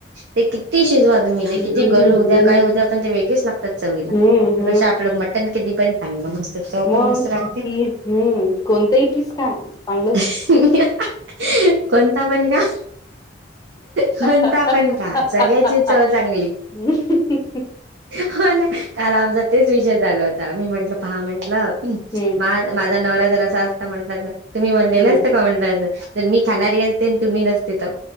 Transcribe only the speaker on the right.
ते किती शिजवा तुम्ही ते
किती गलू हो
द्या काय होत्या पण ते वेगळेच लागतात चवीला त्यापेक्षा
आपलं म टण कधी पण चांगलं मस्त. पण
मस्त लागते.
<unintelligible> कोणता पण क कोणता
पण खा सगळ्याची चव चांगली.
हो ना काल आमचा तेच विषय चालू होता मी म्हंटल पहा म्हंटलं.
मा माझा नवरा जर असा असता म्हटलां तर तुम्ही म्हंणटल्यासा
हो म्हंटलं असं तर मी खाणारी असते तुम्ही नसते तर